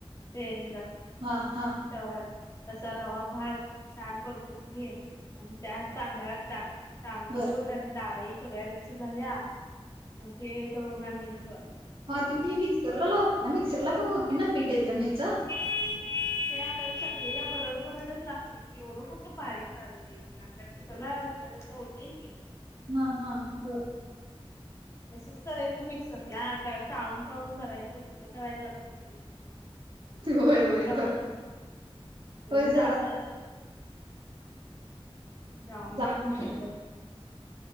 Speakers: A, on the left; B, on the right.
A: ते हयाच्यात.
B: हा हा
A: तव्यात तसा रवा भाज छान परतून घे. आणि त्या तांदळात टाक तांदूळ
B: बर
A: आणि डाळी सगळ्या मिक्स झाल्या. मग ते दळून आणायचं.
B: मग तुम्ही हे मिक्सर लावते ना मिक्सरला पण होते ना पीठ एकदम ह्याच
A: <inaudible> ते आपल्याला चकलीनं भरड भरडचं लागते, एवढं कुठं बारीक चालते. ते आपला मिक्सर ला असतय तसं होतंय की.
B: हां हां बर.
A: तसच करायचं मिक्सरला जरा चाळून चाळून करायचं, कुठं दळायला जातीस.
B: होय
A: तुम्ही
B: होय
A: दळून
B: बर
A: तुम्ही
B: होय
A: जातायसाचं
B: जरा
A: कुठं? जाऊन
B: जात
A: या मग नंतर.